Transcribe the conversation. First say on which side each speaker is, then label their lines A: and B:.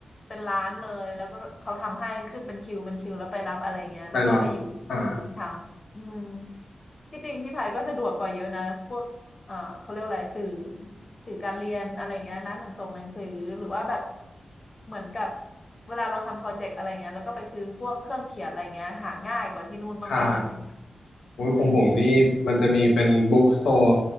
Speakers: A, on the left; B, on the left.
A: เป็นร้านเลยแล้วก็เขาทำให้ขึ้นเป็นคิวเป็นคิวแล้วไปรับอะไรเงี้ยเราต้องไปอยู่
B: ไปรับอ่า
A: ยิงทำอืมที่จริงที่ไทยก็สะดวกกว่าเยอะนะพวก เอ่อเขาเรียกวอะไรสื่อสื่อการเรียนอะไรเงี้ยร้านหนังส่งหนังสือหรือว่าแบบเหมือนกับเวลาเราทำโปรเจกต์อะไรเงี้ยแล้วก็ไปซื้อพวกเครื่องเขียนอะไรเงี้ยหาง่ายกว่าที่นู่นมากๆเลย
B: ใช่ โอ้ยของผมนี่มันจะมีเป็นบุ๊กสโตร์
A: อืม